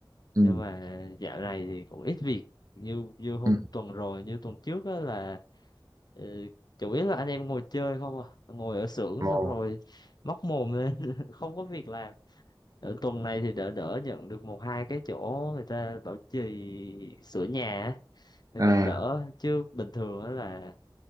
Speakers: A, on the right; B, on the left.
A: ừ
B: nhưng mà dạo này thì cũng ít việc như như hôm
A: ừ
B: tuần rồi như tuần trước á là ờ, chủ yếu là anh em ngồi chơi không à ngồi ở xưởng xong
A: Ồ.
B: rồi móc mồm lên <laughs> không có việc làm ở tuần này thì đỡ đỡ nhận được một hai cái chỗ người ta bảo trì sửa nhà á thế
A: à
B: còn đỡ chứ bình thường á là